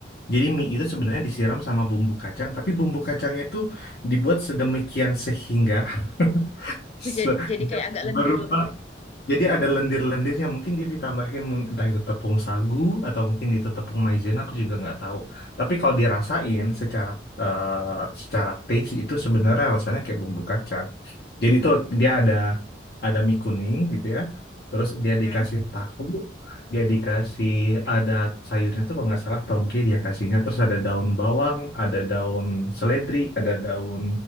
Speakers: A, on the left; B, on the left.
A: Jadi mie itu sebenarnya disiram sama bumbu kacang, tapi bumbu kacangnya itu dibuat sedemikian sehingga <laughs>
B: jadi,
A: se-
B: jadi kayak agak lendir-lendir
A: berupa.
B: gitu.
A: Jadi ada lendir-lendirnya, mungkin dia ditambahin mung- entah itu tepung sagu atau mungkin itu tepung maizena, aku juga nggak tahu. Tapi kalau dirasain secara eh, secara taste itu sebenarnya rasanya kayak bumbu kacang. Jadi tuh dia ada ada mie kuning gitu ya. Terus dia
B: Mm-mm,
A: dikasih tahu, dia dikasih ada sayurnya tuh kalau nggak salah toge dia kasihnya. Terus ada daun bawang, ada daun seledri, ada daun,